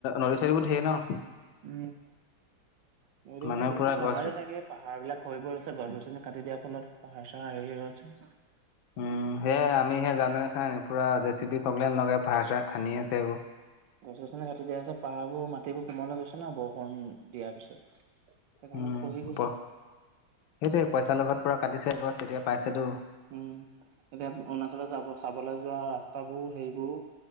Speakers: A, on the left (about 75°); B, on the right (about 70°).
A: নদী চাৰী বোৰ ধেৰ ন
B: উ য
A: মানুহে
B: মানে বেছি
A: পুৰা
B: পাহাৰে
A: গছ
B: থাকে পাহাৰ বিলাক হৈ বোৰ আছে গছ গছনি কাটি দিয়া ফলত পাহাৰ চাহা হৈ গ আছে
A: উম সে আমি সে জানোে খান পুৰা িপি ফগলেনেকে ভা চা খান্ি আছে এইবোৰ
B: গছ গছনি কাটি দিয়া আছ পাহাৰবোৰ মাটিবোৰ কোমল হৈ গৈছে ন বৰষুণ দিয়াৰ পিছত সেইকাৰণে
A: উম
B: খহি গৈছে
A: প সেইটোয়ে পইচা লোভত পুৰা কাটিছে গছ এতিয়া পাইছেতো
B: উম এতিয়া অৰুণাচলত যাব চাবলৈ যোৱা ৰাস্তাবোৰ হেইবোৰ